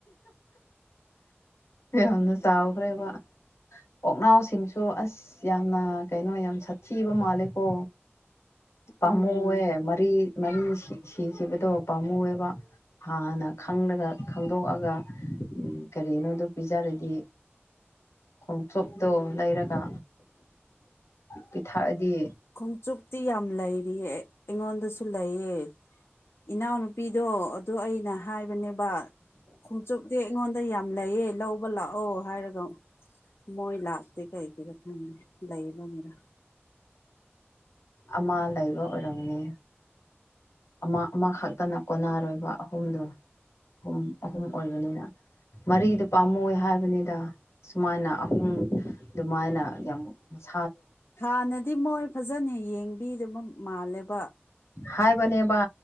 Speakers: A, on the left; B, on the left.
A: ꯌꯥꯝꯅ ꯆꯥꯎꯈ꯭ꯔꯦꯕ ꯑꯣꯛꯅꯥꯎꯁꯤꯡꯁꯨ ꯑꯁ ꯌꯥꯝꯅ ꯀꯩꯅꯣ ꯌꯥꯝ ꯁꯥꯊꯤꯕ ꯃꯥꯜꯂꯦꯀꯣ ꯄꯥꯝꯃꯨꯑ
B: ꯎꯝ
A: ꯃꯔꯤ ꯃꯔꯤ ꯁꯤꯈꯤꯕꯗꯣ ꯄꯥꯝꯃꯨꯑꯕ ꯍꯥꯟꯅ ꯈꯪꯂꯒ ꯈꯪꯗꯣꯛꯑꯒ ꯀꯔꯤꯅꯣꯗꯨ ꯄꯤꯖꯔꯗꯤ ꯈꯣꯡꯆꯣꯞꯇꯣ ꯂꯩꯔꯒ ꯄꯤꯊꯛꯑꯗꯤ
B: ꯈꯣꯝꯆꯨꯞꯇꯤ ꯌꯥꯝ ꯂꯩꯔꯤꯌꯦ ꯑꯩꯉꯣꯟꯗꯁꯨ ꯂꯩꯌꯦ ꯏꯅꯥꯎꯅꯨꯄꯤꯗꯣ ꯑꯗꯨ ꯑꯩꯅ ꯍꯥꯏꯕꯅꯦꯕ ꯕꯥ ꯈꯣꯝꯆꯨꯞꯗꯤ ꯑꯩꯉꯣꯟꯗ ꯌꯥꯝ ꯂꯩꯌꯦ ꯂꯧꯕ ꯂꯥꯛꯑꯣ ꯍꯥꯏꯔꯒ ꯃꯣꯏ ꯂꯥꯛꯇꯦ ꯀꯩꯒꯤꯅꯣ ꯈꯪꯗꯦ ꯂꯩꯕꯒꯤꯔꯥ
A: ꯑꯃ ꯂꯩꯕ ꯑꯣꯏꯔꯝꯅꯤ ꯑꯃ ꯑꯃ ꯈꯛꯇꯅ ꯀꯣꯟꯅꯔꯣꯏꯕ ꯑꯍꯨꯝꯗꯣ ꯑꯍꯨꯝ ꯑꯍꯨꯝ ꯑꯣꯏꯕꯅꯤꯅ ꯃꯔꯤꯗꯨ ꯄꯥꯝꯃꯣꯏ ꯍꯥꯏꯕꯅꯤꯗ ꯁꯨꯃꯥꯏꯅ ꯑꯍꯨꯝ ꯑꯗꯨꯃꯥꯏꯅ ꯌꯥꯝꯁ
B: ꯍꯥꯟꯅꯗꯤ ꯃꯣꯏ ꯐꯖꯅ ꯌꯦꯡꯕꯤꯗꯨꯕ ꯃꯥꯜꯂꯦꯕ
A: ꯍꯥꯏꯕꯅꯦꯕ